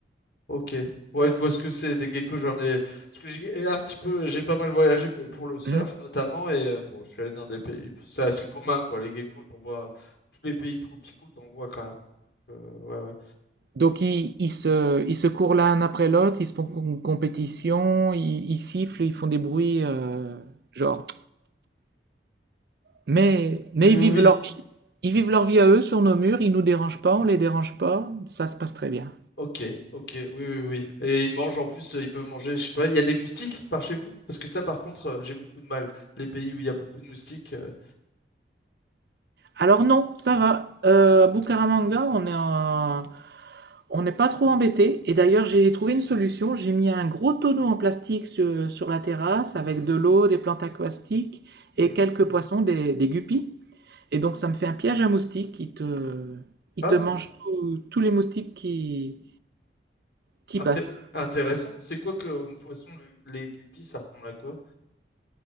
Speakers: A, on the left (about 70°); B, on the right (about 60°).
A: Ok. Ouais, je vois ce que c'est des geckos. J'en ai. Parce que j'ai un petit peu, j'ai pas mal voyagé mais pour le surf
B: Hmm.
A: notamment. Et euh, bon, je suis allé dans des pays. C'est assez commun, quoi. Les geckos, t'en vois. Tous les pays tropicaux, t'en vois quand même. Donc, euh, ouais, ouais.
B: Donc, ils, ils se, ils se courent l'un après l'autre, ils se font une compétition, ils, ils sifflent, ils font des bruits, euh, genre. Mais, mais
A: Oui, oui,
B: ils vivent
A: oui.
B: leur vie. Ils vivent leur vie à eux sur nos murs, ils nous dérangent pas, on les dérange pas, ça se passe très bien.
A: Ok, ok. Oui, oui, oui. Et ils mangent en plus, euh, ils peuvent manger, je sais pas. Il y a des moustiques par chez vous? Parce que ça, par contre, euh, j'ai beaucoup de mal. Les pays où il y a beaucoup de moustiques. euh,
B: Alors non, ça va. Euh, à Bucaramanga, on est en- on n'est pas trop embêté. Et d'ailleurs, j'ai trouvé une solution. J'ai mis un gros tonneau en plastique sur, sur la terrasse avec de l'eau, des plantes aquatiques
A: Mhm.
B: et quelques poissons, des, des guppies. Et donc, ça me fait un piège à moustiques. Il te, il
A: Ah,
B: te
A: c'est
B: mange tous tous les moustiques qui, qui
A: inté-
B: passent.
A: intéressant. C'est quoi que euh, poisson le- les guppies, ça ressemble à quoi?